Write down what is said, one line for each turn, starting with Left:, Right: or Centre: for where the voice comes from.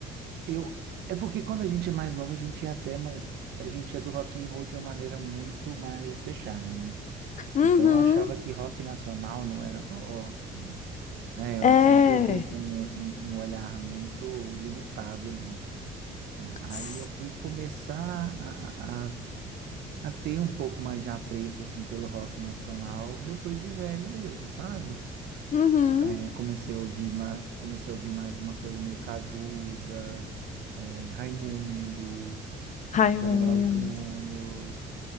Right: eu... É porque quando a gente é mais novo, a gente é até... ma- A gente é do rock and roll de uma maneira muito mais fechada, né?
Left: Uhum,
Right: Então eu achava que rock nacional não era rock, né? Eu
Left: é.
Right: sempre vi com um, um um olhar muito limitado ali, né? Aí
Left: Tss,
Right: eu fui começar a, a a a ter um pouco mais de apreço assim pelo rock nacional depois de velho mesmo, sabe?
Left: Uhum.
Right: É, comecei a ouvir, ma- comecei a ouvir mais uma coisa meio Cazuza, é, Raimundos,
Left: Raimundos,
Right: Charlie Brown Júnior,